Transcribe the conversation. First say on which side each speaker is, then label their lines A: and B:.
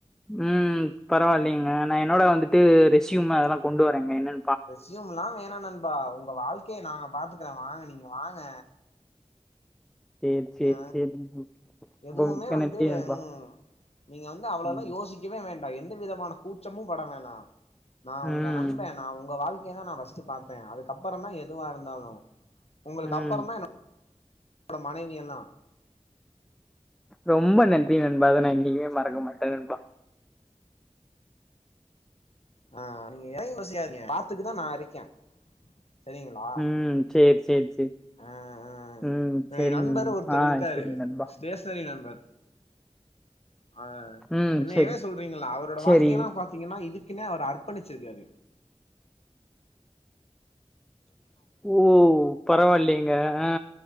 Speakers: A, in the centre; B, on the left.
A: ம் பரவாயில்லலைங்க நா என்னோட வந்துட்டு ரெசியும் அதெல்லா கொண்டு வறங்க என்னன்
B: ரெசியும்லா வேணா நண்பா உங்க வாழ்க் கையே நாங்க பாத்துக்கிறோ வாங்க நீங்க வாங்க
A: சரி, சரி,
B: அ
A: சரிங்க.
B: எதுவுமே
A: ரொம்ப மிக்க
B: வந்து
A: நன்றி நண்பா.
B: ம் நீங்க வந்து அவ்ளோல்லா
A: ம்.
B: யோசிக்கவே வேண் டா எந்த விதமான கூச்சமும் பட வேணா நா
A: ம்
B: உங்க நண்பே நா உங்க வாழ்க் கையே நா ஃபஸ்ட் பாப்பே அதுக்கப்புறோ தா எதுவா இருந்தாலு உங்களுக்கு
A: ம்
B: அப்புறோ தா என் னோட மனைவியெல்லா
A: ரொம்ப நன்றி நண்பா அத நா என்னைக்குமே மறக்க மாட்டே நண்பா
B: அ நீங்க எதையுமே செய்யாதீங்க பாத்துக்கதா நா இருக்கே செரிங்களா
A: ம் சேரி சேரி சேரி
B: அ அ
A: ம்
B: என்னுடைய
A: சரிங்
B: நண்பருன்னு ஒருத்தரு
A: ஆ
B: இருக்காரு
A: சரிங் நண்பா
B: ஸ்டேஷனரி நண்பர் ஆ
A: ம்
B: என்னயவே
A: சரி
B: சொல்றீங்ள அவரோட
A: சரி
B: வாழ்க்கேயெல்லா பாத்தீங்கன்னா இது குனே அவரு அர்பணிச்சிருக்காரு
A: ஓ பரவாயில்லலைங்க அ